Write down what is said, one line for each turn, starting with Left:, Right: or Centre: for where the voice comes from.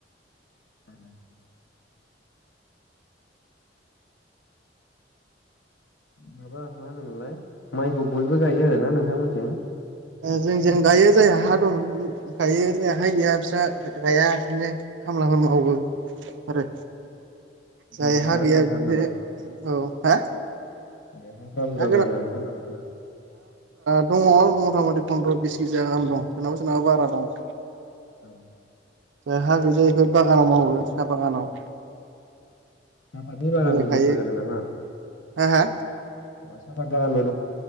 Left: आ माबा मा होनोमोनलाय माइखौ बयबो गायो आरोना नोंथांमोनथि
Right: जों जेन गायो जायहा हा दं गायो जायहा हा गैया बिस्रा गाया बिदिनो खामलाफोर मावो आरो जायहाा
Left: बुरजा बुरजा हा
Right: गैया
Left: गोनांथार
Right: बिदिनो
Left: नामा
Right: औ हा
Left: ए हाफ्रा बुरजा
Right: <unintelligible> आ
Left: बुरजा गोनांथार नामा होनदां
Right: दङ मथा मथि पन्द्र' बिस केिजि गाहाम दं सोरनावाबा सोरनावाबा बारा दं।
Left: अ
Right: जायहाा गैजाया बेफोर बागानाव मावो साहा बागानाव।
Left: साफा दुरबा
Right: मिलायखायो
Left: रानबो दंस' जादों नामा?
Right: हा हा
Left: अ सफात बागानाव